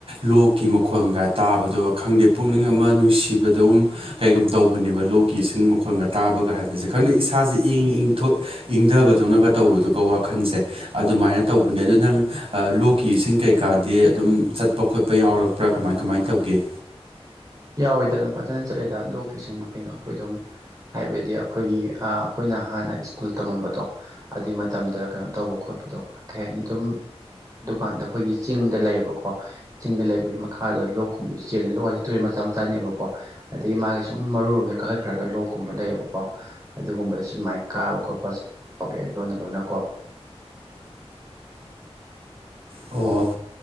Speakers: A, on the right; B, on the right.
A: ꯂꯣꯛꯀꯤ ꯃꯈꯣꯟꯒ ꯇꯥꯕꯗꯣ ꯈꯪꯗꯦ ꯄꯨꯛꯅꯤꯡ ꯑꯃ ꯅꯨꯡꯁꯤꯕꯗꯧ ꯀꯩꯒꯨꯝ ꯇꯧꯕꯅꯦꯕ ꯂꯣꯛꯒꯤ ꯏꯁꯤꯡ ꯃꯈꯣꯟꯒ ꯇꯥꯕꯒ ꯍꯥꯏꯕꯁꯦ ꯈꯪꯗꯦ ꯏꯁꯥꯁꯦ ꯏꯪ ꯏꯪꯊꯣꯛ ꯏꯪꯗꯕꯗꯧꯅꯒ ꯇꯧꯕꯗꯨ ꯋꯥꯈꯜꯁꯦ ꯑꯗꯨꯃꯥꯏꯅ ꯇꯧꯕꯅꯦ ꯑꯗꯨ ꯅꯪ ꯑ ꯂꯣꯛꯀꯤ ꯏꯁꯤꯡ ꯀꯩꯀꯥꯗꯤ ꯑꯗꯨꯝ ꯆꯠꯄ ꯈꯣꯠꯄ ꯌꯥꯎꯔꯛꯄ꯭ꯔꯥ ꯀꯃꯥꯏ ꯀꯃꯥꯏꯅ ꯇꯧꯒꯦ
B: ꯌꯥꯎꯋꯦꯗ ꯑꯗꯨꯝ ꯐꯖꯅ ꯆꯠꯂꯦꯗ ꯂꯣꯛꯀꯤ ꯏꯁꯤꯡꯕꯨ ꯀꯩꯅꯣ ꯑꯩꯈꯣꯏ ꯑꯗꯨꯝ ꯍꯥꯏꯕꯗꯤ ꯑꯩꯈꯣꯏꯒꯤ ꯑ ꯑꯩꯈꯣꯏꯅ ꯍꯥꯟꯅ ꯁ꯭ꯀꯨꯜ ꯇꯝꯃꯝꯕꯗꯣ ꯑꯗꯨꯏ ꯃꯇꯝꯗ ꯀꯩꯅꯣ ꯇꯧꯕ ꯈꯣꯠꯄꯗꯣ ꯀꯩ ꯍꯥꯏꯅꯤ ꯑꯗꯨꯝ ꯑꯗꯨꯀꯥꯟꯗ ꯑꯩꯈꯣꯏꯒꯤ ꯆꯤꯡꯗ ꯂꯩꯌꯦꯕꯀꯣ ꯆꯤꯡꯗ ꯂꯩꯕꯒꯤ ꯃꯈꯥꯗ ꯂꯣꯛꯨꯝꯕꯁꯨ ꯆꯦꯜꯂꯦ ꯂꯣꯛ ꯍꯥꯏ ꯇꯨꯔꯦꯟ ꯃꯆꯥ ꯃꯆꯥꯅꯦꯕꯀꯣ ꯑꯗꯒꯤ ꯃꯥꯒꯤ ꯁꯨꯝ ꯃꯔꯨꯨꯔꯣꯝꯗ ꯀꯛꯈꯠꯈ꯭ꯔꯒ ꯂꯣꯛꯀꯨꯝꯕ ꯂꯩꯌꯦꯕꯀꯣ ꯑꯗꯨꯒꯨꯝꯕꯗ ꯁꯨꯃꯥꯏꯅ ꯀꯥꯕ ꯈꯣꯠꯄꯁꯨ ꯌꯥꯎꯋꯦ ꯂꯣꯟꯅ ꯂꯣꯟꯅ ꯀꯣ
A: ꯑꯣ